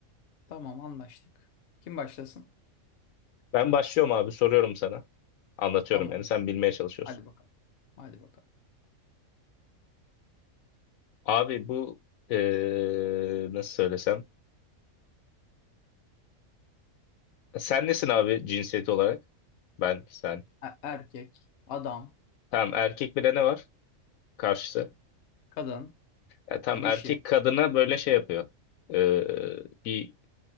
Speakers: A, on the left; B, on the left.
A: Tamam, anlaştık. Kim başlasın?
B: Ben başlıyorum abi soruyorum sana. Anlatıyorum
A: Tamam.
B: yani sen bilmeye çalışıyorsun.
A: Hadi bakalım. Hadi bakalım.
B: Abi bu eee, nasıl söylesem. Sen nesin abi cinsiyet olarak? Ben sen.
A: E- Erkek, adam,
B: Tam erkek bir de ne var karşısı?
A: kadın,
B: Ya, tam
A: dişi,
B: erkek kadına böyle şey yapıyor. Eee, bir